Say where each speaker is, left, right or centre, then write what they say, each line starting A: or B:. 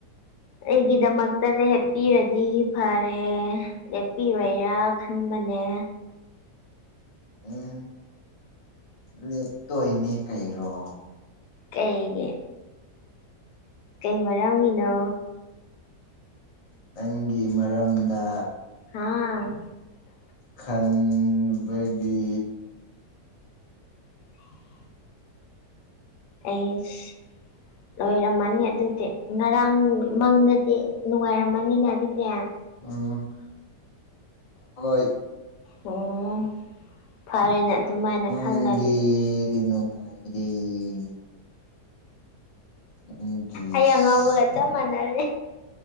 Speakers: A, on the left; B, on the left.
A: ꯑꯩꯒꯤꯗꯃꯛꯇꯗꯤ ꯍꯦꯞꯄꯤꯔꯗꯤ ꯐꯔꯦ ꯂꯦꯞꯄꯤꯔꯣꯏꯔꯥ ꯈꯟꯕꯅꯦ
B: ꯑ ꯂꯦꯞꯇꯣꯏꯅꯦ ꯀꯩꯔꯣ
A: ꯀꯩꯒꯤ ꯀꯩ ꯃꯔꯝꯒꯤꯅꯣ
B: ꯅꯪꯒꯤ ꯃꯔꯝꯗ
A: ꯍꯥꯥ
B: ꯈꯟꯕꯒꯤ
A: <inaudible> ꯑꯦꯁ ꯂꯣꯏꯔꯝꯃꯅꯤ ꯑꯗꯨꯗꯤ ꯉꯔꯥꯡ ꯃꯪꯗꯗꯤ ꯅꯨꯡꯉꯥꯏꯔꯝꯃꯅꯤꯅꯦ ꯑꯗꯨꯗꯤ
B: ꯎꯝ ꯍꯥꯏ
A: ꯑꯣ ꯐꯔꯦꯅꯦ ꯑꯗꯨꯃꯥꯏꯅ
B: ꯃꯪꯗ
A: ꯈꯜꯂꯗꯤ
B: ꯅꯨꯡꯉꯥꯏꯌꯦ ꯅꯪꯒꯤ
A: ꯑꯩ
B: ꯁꯛꯇꯝ
A: ꯑꯉꯥꯎꯕꯒ ꯆꯞ ꯃꯥꯅꯔꯦ